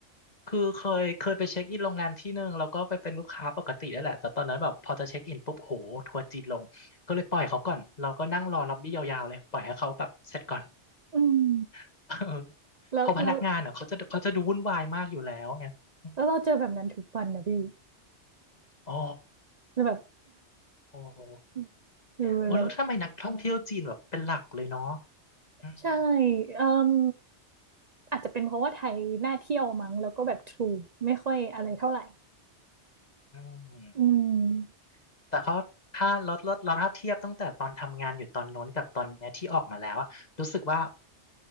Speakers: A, on the left (about 35°); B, on the right (about 40°).
A: คือเคยเคยไปเช็คอินโรงแรมที่หนึ่งแล้วก็ไปเป็นลูกค้าปกตินั่นแหละแต่ตอนนั้นแบบพอจะเช็คอินปุ๊บโหทัวร์จีนลงก็เลยปล่อยเขาก่อนเราก็นั่งรอล็อบบี้ยาวๆเลยปล่อยให้เขาแบบเสร็จก่อน
B: อืม
A: <laughs> เออ
B: แล้วแล้ว
A: เพอพนักงานอ่ะเขาจะเขาจะดูวุ่นวายมากอยู่แล้วไงอม
B: แล้วเราเจอแบบนั้นทุกวันนะพี่
A: อ๋อ
B: แล้วแบบ
A: โอ้โห
B: <laughs> เออเรา
A: โอ้แล้วทำไมนักท่องเที่ยวจีนแบบเป็นหลักเลยเนาะอืม
B: ใช่เอ่มอาจจะเป็นเพราะว่าไทยน่าเที่ยวมั้งแล้วก็แบบถูกไม่ค่อยอะไรเท่าไหร่
A: อืม
B: อืม
A: แต่เขาถ้าเราเราเราถ้าเทียบตั้งแต่ตอนทำงานอยู่ตอนโน้นกับตอนเนี้ยที่ออกมาแล้วอะรู้สึกว่า